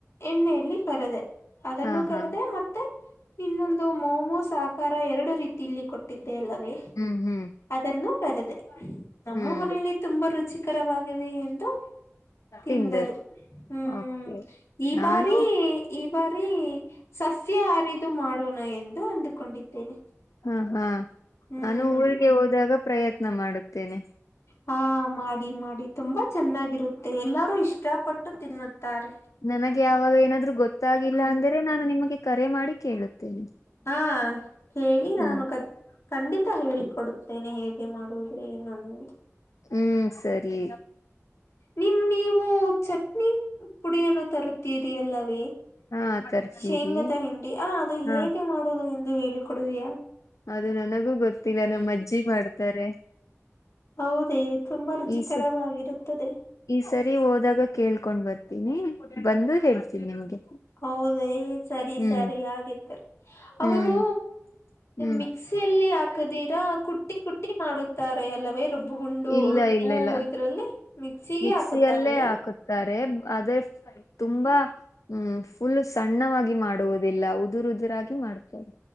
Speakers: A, on the left (about 65°); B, on the left (about 85°).
A: ಎಣ್ಣೆಯಲ್ಲಿ ಕರದೆ ಅದನ್ನು
B: ಹಾ
A: ಕರೆದೆ
B: ಹಾ
A: ಮತ್ತೆ ಇನ್ನೊಂದು ಮೊಮೋಸ್ ಸಾಹಕಾರ ಎರಡು ರೀತಿಯ ಇಲ್ಲಿ ಕೊಟ್ಟಿದೆ ಅ ಅಲ್ಲವೇ
B: ಹ್ಮ್ ಹ್ಮ್
A: ಅದನ್ನು ಬರೆದೆ ಹಾ ನಮ್ಮ
B: ಹ್ಮ್
A: ಮನೇಲಿ ತುಂಬಾ ರು ರುಚಿಕರವಾಗಿದೆ ಎಂದು ತಿಂದರೆ
B: ತಿಂದರು
A: ಹ್ಮ್
B: ಓಕೆ
A: ಈ
B: ನಾನು
A: ಬಾರಿ ಈ ಬಾರಿ ಸಸ್ಯ ಹರಿದು ಮಾಡೋಣ ಎಂದು ಅಂದುಕೊಂಡಿದ್ದೇನೆ
B: ಹಾ ಹಾ
A: ಹ್ಮ್
B: ನಾನು ಊರಿಗೆ ಹೋದಾಗ ಪ್ರಯತ್ನ ಮಾಡುತ್ತೇನೆ
A: ಹಾ ಮಾಡಿ ಮಾಡಿ ತುಂಬಾ ಚೆನ್ನಾಗಿರುತ್ತೆ ಮ ಎಲ್ಲರೂ ಇಷ್ಟಪಟ್ಟು ತಿನ್ನುತ್ತಾರೆ
B: ನನಗೆ ಯಾವಾಗ ಏನಾದ್ರು ಗೊತ್ತಾಗಿಲ್ಲ
A: ಹ್ಮ್
B: ಅಂದರೆೆ ನಾನು ನಿಮಗೆ ಕರೆ ಮಾಡಿ ಕೇಳುತ್ತೇನೆ.
A: ಹಾ ಕೇಳಿ ನಾನು
B: ಹ್ಮ್
A: ಕ ಖಂಡಿತಾ ಹೇಳಿಿಕ ಕೊಡುತ್ತೇನೆ ಹೇಗೆ ಮಾಡುವುದು ಏನುಂದ
B: ಹ್ಮ್ ಸರಿ
A: ನಿಮ ನೀ ನೀವು ಚಟ್ನಿ ಪುಡಿಯನ್ನು ತರುತ್ತೀರಿ ಎಲ್ಲವೇ
B: ಹಾ ತರ್ತೀರಿ
A: ಶೇಂಗದಾ ಹಿಂಡಿ ಆ ಅದು ಹೇಗೆ
B: ಹಾ
A: ಮಾಡುದು ಎ ಹೇಳಿ ಕೊೊಡುವಿಯಾ
B: ಅದು ನನಗೂ ಗೊತ್ತಿಲ್ಲ ನಮ್ಮ ಅಜ್ಜಿ ಮಾಡ್ತಾರೆ
A: ಹೌದೇ ತುಂಬಾ ರುಚಿಕರವಾಗಿರುತ್ತದೆ
B: ಈ ಸ ಸರಿ ಹೋದಾಗ ಕೇಳ್ಕೊಂಡ್ ಬರ್ತ ಹತನಿ ಬಂದು ಹೇಳ್ತೀನಿ ನಿಮ್ಗೆ
A: ಹೌದೇ ಸರಿ
B: ಹ್ಮ್
A: ಸರಿ ಹಾಗಗಿದ್ದಾರೆ ಅವರು
B: ಹ್ಮ್ ಹ್ಮ್
A: ಮಿಕ್ಸಿಯಲ್ಲಿ ಹಾ ಹಾಕದೀರಾ ಕುಟ್ಟಿ ಕುಟ್ಟಿ ಮಾಡುತ್ತಾರೆ ಅಲ್ಲವೇ ರುಬ್ಬುಗುಂಡು
B: ಇಲ್ಲ
A: ರುಬ್ಬು
B: ಇಲ್ಲ ಇಲ್ಲ
A: ಇದ್ರಲ್ಲಿ ಮಿಕ್ಸಿಗೆ
B: ಮಿಕ್ಸಿಯಲ್ಲೇ
A: ಹಾಕುತ್ತಾರೆ
B: ಹಾಕುತ್ತಾರೆ ಆದ್ರ ತುಂಬಾ ಹ್ಮ್ ಫುಲ್ ಸಣ್ಣವಾಗಿ ಮಾಡುವುದಿಲ್ಲ ಉದುರು ಉದುರಾಗಿ ಮಾಡ್ತಾರೆ